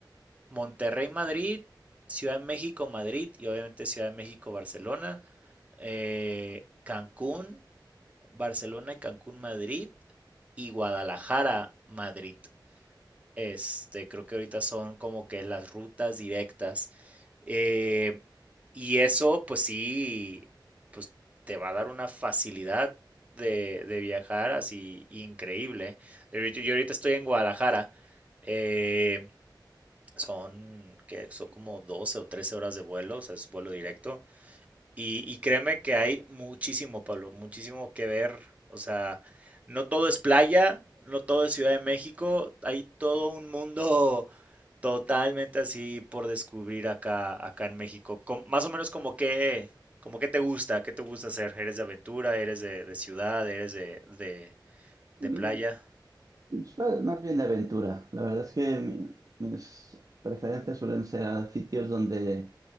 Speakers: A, on the right (about 20°); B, on the right (about 45°).
A: Monterrey-Madrid, Ciudad de México-Madrid y obviamente Ciudad de México-Barcelona, eh, Cancún, Barcelona y Cancún-Madrid y Guadalajara-Madrid. Este, creo que ahorita son como que las rutas directas. eh, y eso, pues sí, pues te va a dar una facilidad de, de viajar así increíble. De hecho, Yo ahorita estoy en Guadalajara. eh, son, que son como 12 o 13 horas de vuelo, o sea, es vuelo directo. Y, y créeme que hay muchísimo, Pablo, muchísimo que ver. O sea, no todo es playa, no todo es Ciudad de México, hay todo un mundo <laughs> totalmente así por descubrir acá, acá en México. Com- más o menos como que, como que te gusta, qué te gusta hacer. ¿Eres de aventura? ¿Eres de, de ciudad? ¿Eres de, de, de
B: Mm,
A: playa?
B: Es más más bien de aventura. La verdad es que mi- mis preferencias suelen ser a sitios donde